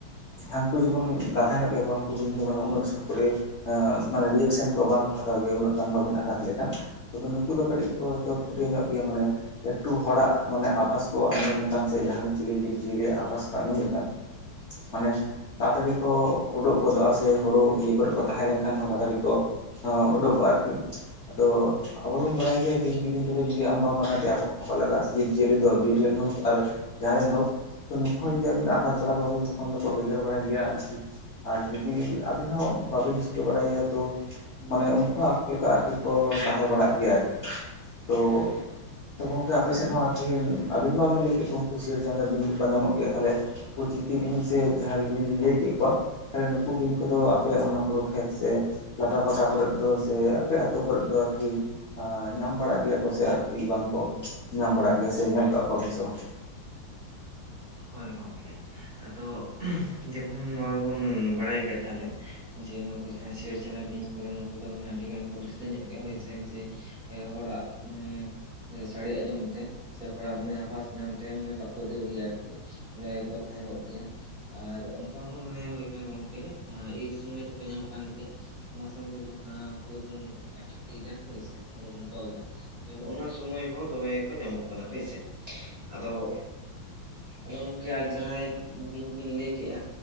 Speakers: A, on the left; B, on the right.
A: ᱦᱟᱹᱱᱠᱩ ᱡᱮᱢᱚᱱ ᱜᱟᱫᱷᱟ ᱧᱚᱜ ᱜᱮᱭᱟ ᱠᱚ ᱦᱟᱹᱱᱠᱩ ᱵᱤᱱ ᱫᱚ ᱢᱟᱱᱮ ᱩᱱᱟᱹᱜ ᱥᱴᱚ ᱠᱚᱨᱮᱼᱼ ᱦᱟ ᱢᱟᱱᱮ ᱨᱤᱭᱮᱠᱥᱮᱱ ᱠᱟ ᱵᱟᱝᱠᱚ ᱦᱟᱛᱟᱣ ᱜᱮᱭᱟ ᱩᱱᱟᱹᱜ ᱜᱟᱱ ᱵᱟᱹᱵᱤᱱ ᱟᱜᱷᱟᱛ ᱞᱮᱠᱷᱟᱱ ᱛᱚᱵᱮ ᱱᱩᱠᱩ ᱫᱚ ᱠᱟᱹᱴᱤᱡ ᱠᱚ ᱪᱚᱴᱼᱼ ᱯᱩᱴᱤᱭᱟᱹ ᱧᱚᱜ ᱜᱮᱭᱟ ᱢᱟᱱᱮᱼᱼ ᱮᱠᱴᱩ ᱦᱚᱲᱟᱜ ᱢᱟᱱᱮ ᱟᱵᱷᱟᱥ ᱠᱚ ᱟᱸᱡᱚᱢ ᱞᱮᱠᱟᱱ ᱥᱮ ᱡᱟᱦᱟᱱ ᱪᱤᱞᱤ ᱡᱤᱵᱽᱼᱡᱤᱭᱟᱹᱞᱤ ᱟᱵᱷᱟᱥ ᱠᱚ ᱟᱸᱡᱚᱢ ᱞᱮᱠᱟᱱᱼᱼ ᱢᱟᱱᱮ ᱛᱟᱲᱟᱛᱟᱹᱲᱤ ᱠᱚ ᱩᱰᱩᱠ ᱜᱚᱫᱚᱜᱼᱟ ᱥᱮ ᱦᱳᱲᱳ ᱤᱭᱟᱹ ᱠᱚᱨᱮ ᱠᱚ ᱛᱟᱦᱮᱸ ᱞᱮᱱᱠᱷᱟᱱ ᱦᱚᱸ ᱛᱟᱲᱟᱛᱟᱹᱲᱤ ᱠᱚ ᱚᱸ ᱩᱰᱩᱠᱚᱜᱼᱟ ᱟᱨᱠᱤ ᱟᱫᱚ ᱟᱵᱚ ᱫᱚᱵᱚᱱ ᱵᱟᱲᱟᱭ ᱜᱮᱭᱟ ᱵᱤᱧ ᱠᱤᱫᱤᱧᱼᱼ ᱠᱚᱫᱚ ᱡᱩᱫᱤ ᱟᱢ ᱵᱟᱢ ᱟᱜᱷᱟᱛᱮᱭᱟ ᱟᱠᱚ ᱦᱚᱸ ᱵᱟᱠᱚ ᱞᱟᱜᱟᱜᱼᱟ ᱥᱮ ᱡᱤᱵᱽᱡᱤᱭᱟᱹᱞᱤ ᱫᱚ ᱵᱤᱨ ᱨᱮᱱ ᱦᱳᱠ ᱟᱨ ᱡᱟᱦᱟᱸ ᱨᱮᱱ ᱦᱳᱠ᱾
B: ᱦᱩᱸ
A: ᱦᱳᱭ ᱡᱩᱫᱤ ᱟᱵᱤᱱ ᱟᱜᱷᱟᱛ ᱵᱟᱲᱟ ᱠᱚᱣᱟᱵᱤᱱ ᱛᱚᱠᱷᱚᱱ ᱫᱚᱠᱚ ᱜᱮᱜᱮᱨ ᱵᱟᱲᱟᱭ ᱜᱮᱭᱟ ᱟᱨᱠᱤ᱾ ᱟᱨ ᱡᱩᱫᱤ ᱟᱹᱵᱤᱱ ᱦᱚᱸ ᱵᱟᱵᱤᱱ ᱪᱤᱠᱟᱹ ᱵᱟᱲᱟᱭᱮᱭᱟ ᱛᱚ᱾ ᱢᱟᱱᱮ ᱩᱱᱠᱩ ᱦᱚᱸ ᱟᱯᱮ ᱞᱮᱠᱟ ᱟᱨᱠᱤ ᱠᱚ ᱛᱟᱦᱮᱸ ᱵᱟᱲᱟᱜ ᱜᱮᱭᱟ ᱟᱨᱠᱤ ᱛᱚ᱾ ᱛᱚ ᱜᱚᱝᱠᱮ ᱟᱯᱮ ᱥᱮᱫ ᱦᱚᱸ ᱟᱨᱠᱤ ᱟᱵᱤᱱ ᱢᱟᱵᱤᱱ ᱞᱟᱹᱭ ᱠᱮᱫ ᱜᱮ ᱩᱱᱠᱩ ᱥᱤᱭᱟᱹᱲ ᱪᱟᱸᱫᱟ ᱵᱤᱧ ᱫᱚᱠᱚ ᱧᱟᱢᱚᱜ ᱜᱮᱭᱟ᱾ ᱛᱟᱦᱞᱮ ᱩᱱᱠᱩ ᱪᱤᱛᱤ ᱵᱤᱱ ᱥᱮ ᱡᱟᱦᱟᱸᱭ ᱵᱤᱱ ᱞᱟᱹᱭ ᱠᱮᱫ ᱠᱚᱣᱟ ᱛᱟᱦᱞᱮ ᱱᱩᱠᱩ ᱵᱤᱧ
B: ᱦᱩᱸ
A: ᱠᱚᱫᱚ᱾ ᱟᱯᱮ ᱚᱱᱟ ᱦᱩᱲᱩ ᱠᱷᱮᱛ ᱥᱮ ᱞᱟᱴᱟ ᱯᱟᱴᱟ ᱠᱚᱨᱮᱫ ᱫᱚ ᱥᱮ ᱟᱯᱮ ᱟᱹᱛᱩ ᱠᱚᱨᱮᱫ ᱫᱚ ᱟᱨᱠᱤ᱾ ᱧᱟᱢ ᱵᱟᱲᱟᱜ ᱜᱮᱭᱟ ᱠᱚ ᱥᱮ ᱟᱨᱠᱤ ᱵᱟᱝᱠᱚ ᱧᱟᱢ ᱵᱟᱲᱟᱜ ᱜᱮᱭᱟ ᱥᱮ ᱧᱮᱞ ᱠᱟᱜ ᱠᱚᱣᱟ ᱵᱤᱱ ᱥᱮ ᱵᱟᱝ ᱾
B: ᱦᱳᱭ ᱜᱚᱝᱠᱮ ᱟᱫᱚ ᱡᱮᱢᱚᱱ ᱱᱚᱣ ᱵᱚᱱ ᱵᱟᱲᱟᱭ ᱜᱮᱭᱟ ᱛᱟᱦᱚᱞᱮ᱾ ᱡᱮ ᱱᱩᱠᱩ ᱡᱟᱦᱟᱸᱭ ᱥᱤᱭᱟᱹᱲ ᱪᱟᱟᱭ ᱵᱤᱧ ᱠᱚᱫᱚ ᱱᱩᱠᱩ ᱫᱚ ᱢᱟᱱᱮ ᱟᱹᱰᱤ ᱜᱟᱱ ᱠᱚ ᱰᱷᱤᱥᱟᱹ ᱧᱚᱜ ᱜᱮᱭᱟ ᱦᱳᱭᱥᱮ ᱡᱮ᱾ ᱦᱚᱲᱟᱜ ᱢᱟᱱᱮ ᱥᱟᱹᱲᱮ ᱟᱸᱡᱚᱢ ᱛᱮ ᱥᱮ ᱦᱚᱲᱟᱜ ᱢᱟᱱᱮ ᱟᱵᱷᱟᱥ ᱧᱟᱢᱼᱼ ᱵᱟᱠᱚ ᱫᱟᱹᱲ ᱜᱮᱭᱟ ᱟᱨᱠᱤ ᱚᱸᱰᱮ ᱠᱚ ᱛᱟᱦᱮᱸ ᱠᱚᱜ ᱜᱮᱭᱟ ᱟᱨᱼᱼ ᱛᱟᱦᱚᱸ ᱢᱟᱱᱮ ᱦᱳᱭ ᱠᱟᱱᱟ ᱜᱚᱝᱠᱮ ᱡᱟᱦᱟᱸ ᱤᱨ ᱥᱛᱢᱟᱹᱭ ᱫᱚᱠᱚ ᱧᱟᱢᱚᱜ ᱠᱟᱱ ᱜᱮᱭᱟ ᱚᱱᱟ ᱥᱟᱶᱛᱮ᱾ ᱟ ᱦᱩᱲᱩ ᱵᱩᱱ ᱟᱴᱤᱭᱫᱟ ᱦᱳᱭᱥᱮ ᱦᱩᱲᱩ ᱵᱚᱱ ᱛᱚᱞᱫᱟ ᱛᱚ ᱱᱝᱚᱱᱟ ᱥᱚᱢᱚᱭᱼᱼ ᱦᱚᱸ ᱫᱚᱢᱮ ᱠᱚ ᱧᱟᱢᱚᱜ ᱠᱟᱱᱟ ᱦᱳᱭᱥᱮ ᱟᱫᱚ ᱟᱫᱚ ᱜᱚᱝᱠᱮ ᱟᱨ ᱡᱟᱦᱟᱸᱭ ᱵᱤᱧ ᱵᱤᱱ ᱞᱟᱹᱭ ᱠᱮᱜᱼᱟ